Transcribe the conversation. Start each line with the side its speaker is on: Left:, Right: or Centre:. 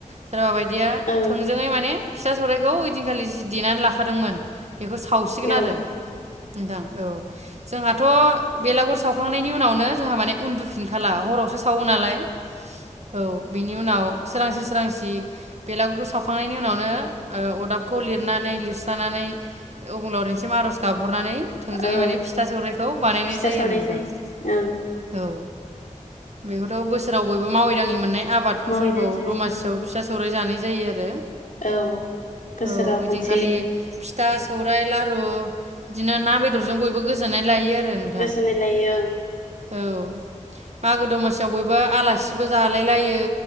Right: सोरबा बायदि दिया
Left: ओं
Right: थोंजोङै माने फिथा सौराइखौ ओइदिनखालि जि देनानै लाखादोंमोन बेखौ सावसिगोन
Left: औ
Right: आरो नोंथां औ जोंहाथ' बेलागुर सावखांनायनि उनावनो जोंहा माने उन्दुफिनखाला हरावसो सावो नालाय औ बिनि उनाव सोरांसे सो सोरांसि बेलागुरखौ सावखांनायनि उनावनो ओ अरदाबखौ लिरनानै लिरस्रानानै अबंलावरिनिसिम आरज गाबहरनानै थोंजोङै
Left: औ
Right: माने फिथा सौराइखौ बानायनाय
Left: फिथा
Right: जायो
Left: सावनाय
Right: आरो नोंथां
Left: जायो ओं
Right: औ बेखौथ बोसोराव बयबो मावै दाङै मोननाय आबाद फसलखौ
Left: मावै दाङै जानाय
Right: दमासियाव
Left: जायो
Right: फिसा सौराय जानाय जायो आरो
Left: औ बोसोराव
Right: औ ओइदिनखालि
Left: खनसे
Right: फिथा सौराइ लारु बिदिनो ना बेदरजों बयबो गोजोननाय लायो आरो नोंथां
Left: गोजोननाय लायो ओं
Right: औ मागो दमासियाव बयबो आलासिबो जालाय लायो